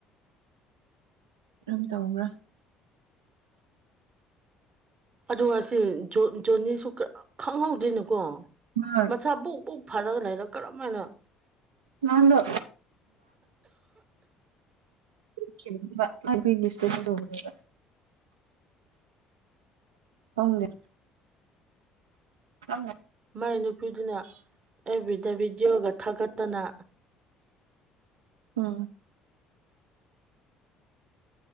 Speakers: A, on the right; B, on the right.
A: ꯀꯔꯝ ꯇꯧꯕ꯭ꯔꯥ
B: ꯑꯗꯨ ꯉꯁꯤ ꯖꯣꯅꯤꯁꯨ ꯈꯪꯍꯧꯗꯣꯏꯅꯨꯀꯣ
A: ꯍꯣꯏ
B: ꯃꯁꯥ ꯕꯨꯛ ꯛ ꯐꯔꯒ ꯂꯩꯔ ꯀꯔꯝ ꯍꯥꯏꯅ
A: ꯅꯍꯥꯟꯗꯣ ꯈꯤꯕꯕꯕꯨ ꯏꯪꯂꯤꯁꯇꯩꯗꯧꯕꯅꯦꯕ ꯐꯪꯦ ꯍꯃꯦ
B: ꯃꯥꯏ ꯅꯨꯄꯤꯗꯨꯅ ꯑꯦꯕꯤꯗ ꯚꯤꯗꯤꯑꯣꯒ ꯊꯥꯒꯠꯇꯅ
A: ꯑ